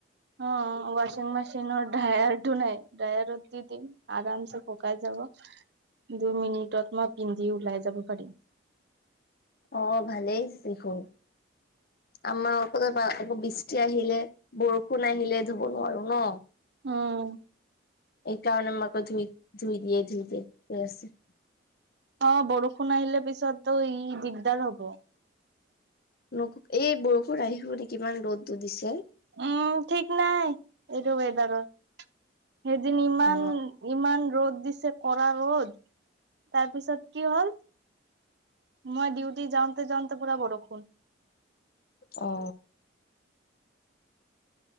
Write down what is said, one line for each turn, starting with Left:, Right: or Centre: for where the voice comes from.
Right: অ ৱাচিং মেচিনৰ ড্ৰায়াৰ তু নাই ড্ৰায়াৰত দি দিম। আৰামচে শুকাই যাব দুই মিনিটত মই পিন্ধি ওলাই যাব পাৰিম।
Left: অ ভালেই দেখোন। আমাৰ আকৌ বৃষ্টি আহিলে বৰষুণ আহিলে ধুৱ নোৱাৰোঁ নহ।
Right: উম।
Left: এইকাৰণে <unintelligible> ধুই-ধুই দিয়ে ধুই দিয়ে আছে।
Right: অ বৰষুণ আহিলে পিছততো ই দিগদাৰ হ'ব।
Left: নহ এই বৰষুণ আহিব নেকি ইমান ৰ'দটো দিছে।
Right: উম ঠিক নাই। এইটো ৱেদাৰৰ সেইদিন ইমান।
Left: অ
Right: ইমান ৰ'দ দিছে কৰা ৰ'দ তাৰপিছত কি হ'ল? মই ডিউটি যাওঁতে, যাওঁতে পুৰা বৰষুণ।
Left: অ।